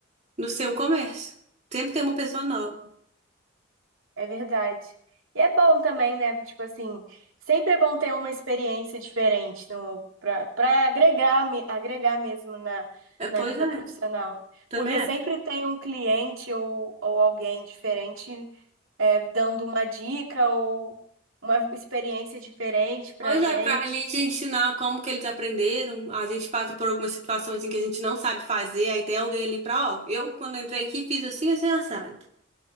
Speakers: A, on the right; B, on the right.
A: no seu comércio. Sempre tem uma pessoa nova.
B: É verdade. E é bom também, né? Tipo assim, sempre é bom ter uma experiência diferente no, pra, pra agregar, me- agregar mesmo na,
A: É, Pois
B: na vida
A: é,
B: profissional.
A: também
B: Porque sempre tem um cliente ou, ou alguém diferente é, dando uma dica ou uma experiência diferente pra
A: Pois
B: gente.
A: é, pra ali te ensinar como que eles aprenderam, a gente passa por alguma situação assim que a gente não sabe fazer, aí tem alguém ali pra, ó, eu quando entrei aqui fiz assim, assim, assado.